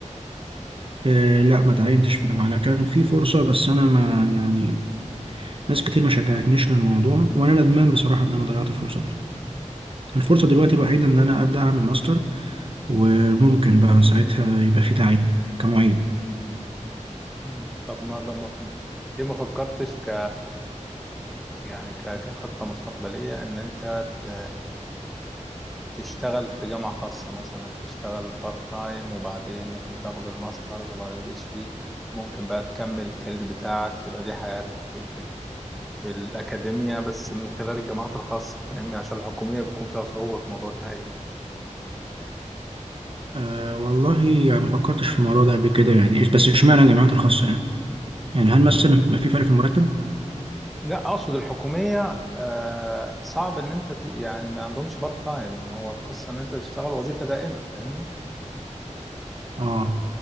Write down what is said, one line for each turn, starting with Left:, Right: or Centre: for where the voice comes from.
Right: إيه لا ما تعينتش في جامعه انا كان في فرصه بس انا ما يعني ناس كتير ما شجعتنيش للموضوع وانا ندمان بصراحه ان انا ضيعت الفرصه دي الفرصه دلوقتي الوحيده ان انا ابدا اعمل ماستر وممكن بقى ساعتها يبقى في تعيين كمعيد
Centre: مم. طب ما ده ما ليه ما فكرتش ك يعني ك... كخطة مستقبلية ان انت ت... تشتغل في جامعة خاصة مثلا تشتغل بارت تايم وبعدين ممكن تاخد الماسترز وبعدين البي اتش دي ممكن بقى تكمل الكارير بتاعك تبقى دي حياتك في في في الأكاديمية بس من خلال الجامعات الخاصة فاهمني عشان الحكومية بيكون فيها صعوبة في موضوع التعيين
Right: أه والله يعني ما فكرتش في الموضوع ده قبل كده يعني بس اشمعنى الجامعات الخاصه يعني يعني هل مثلا بيبقى في فرق في المرتب
Centre: لا اقصد الحكوميه آه صعب ان انت ت- يعني ما عندهمش بارت تايم هو القصه ان انت تشتغل وظيفه دائمه فاهمني
Right: اه